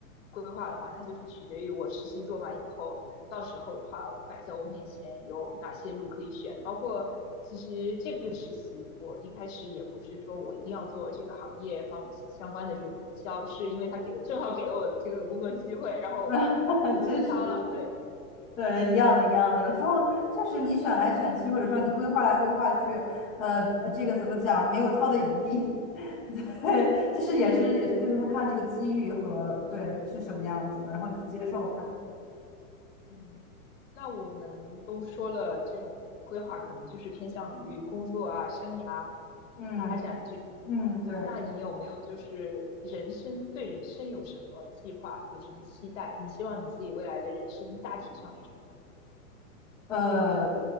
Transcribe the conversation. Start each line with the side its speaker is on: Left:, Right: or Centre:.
Left: 规划的话，那就是取决于我实习做完以后，到时候的话摆在我面前有哪些路可以选，包括其实实习，我一开始也不是说我一定要做这个行业方相关的这种营销，是因为他给了正好给了我这个工作机会，然后
Centre: <laughs> 啊，
Left: 我就不挑了，
Centre: 确实，
Left: 对，
Centre: 对，一样的，一样的。有时候确实你选来选去，或者说你规划来规划去，呃，呃这个怎么讲，没有挑的余地。对，<laughs> 就是也是也是，就是说看这个机遇和对是什么样子的，然后你去接受它。
Left: 嗯，那我们都说了，这种规划可能就是偏向于工作啊、生涯
Centre: 嗯
Left: 发展这种。
Centre: 嗯，对。
Left: 那你有没有就是人生，对人生有什么计划，有什么期待？你希望你自己未来的人生大体上是什么样？
Centre: 呃，